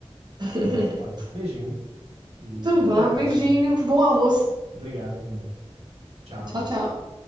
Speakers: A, on the right; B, on the right.
A: <laughs>
B: Pronto, olha, beijinho e
A: Então vá,
B: até à
A: beijinho,
B: próxima.
A: bom almoço.
B: Obrigado, igualmente. Tchau,
A: Tchau,
B: tchau.
A: tchau.